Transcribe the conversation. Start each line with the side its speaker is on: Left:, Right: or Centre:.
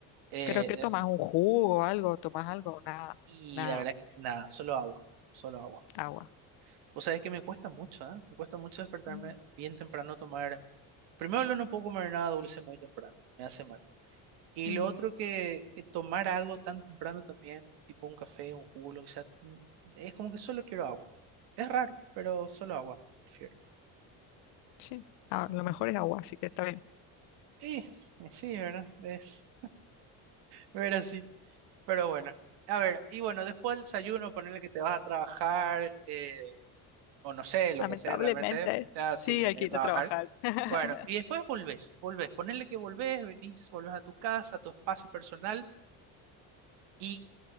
Right: Eh,
Left: ¿Pero qué tomas? ¿Un jugo o algo? ¿Tomas algo? Nada,
Right: y
Left: nada,
Right: la verdad, nada, solo agua, solo agua.
Left: agua.
Right: Pues sabés que me cuesta mucho, ¿eh? Me cuesta mucho despertarme
Left: Mm,
Right: bien temprano, tomar... Primero, lo no puedo comer nada dulce muy temprano, me hace mal. Y
Left: mm,
Right: lo otro que, que tomar algo tan temprano también, tipo un café, un jugo, lo que sea, mm, es como que solo quiero agua. Es raro, pero solo agua, prefiero.
Left: sí, a lo mejor es agua, así que está bien.
Right: Y, y sí, ¿verdad? Es ver así. Pero bueno, a ver, y bueno, después del desayuno, ponerle que te vas a trabajar, eh, o no sé, lo
Left: Lamentablemente,
Right: que haces realmente, ya
Left: sí,
Right: sí, tenés
Left: hay que
Right: que
Left: ir
Right: trabajar.
Left: a trabajar. <laughs>
Right: Bueno, y después volvés, volvés, ponerle que volvés, venís, volvés a tu casa, a tu espacio personal y